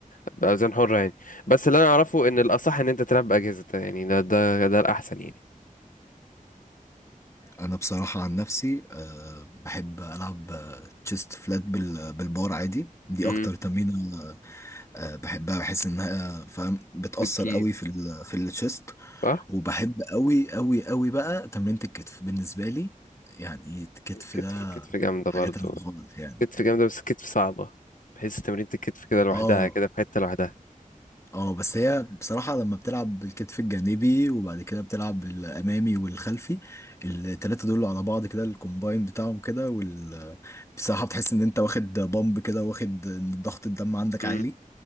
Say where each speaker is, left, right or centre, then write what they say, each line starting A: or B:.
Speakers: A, on the left (about 70°); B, on the left (about 20°).
A: باوزان حره يعني بس اللي انا اعرفه ان الاصح ان انت تلعب باجهزه يعني ده ده ده الاحسن يعني
B: انا بصراحه عن نفسي أه بحب العب تشيست فلات بال بالبار عادي دي
A: امم
B: اكتر تمرينه أه بحبها بحس انها فاهم بتاثر
A: بتجيب
B: قوي في ال في التشيست
A: صح
B: وبحب قوي قوي قوي بقى تمرينه الكتف بالنسبه لي يعني الكتف
A: كتف
B: ده
A: كتف جامده
B: حاجه
A: برضو
B: تانية خالص يعني
A: كتف جامدة بس كتف صعبة بحيث تمرينة الكتف كده لوحدها
B: اه
A: كده في حتة لوحدها
B: اه بس هي بصراحة لما بتلعب بالكتف الجانبي وبعد كده بتلعب الأمامي والخلفي التلاتة دول على بعض كده الكومباين بتاعهم كده وال بصراحة بتحس إن أنت واخد بامب كده واخد إن ضغط الدم عندك
A: مم.
B: عالي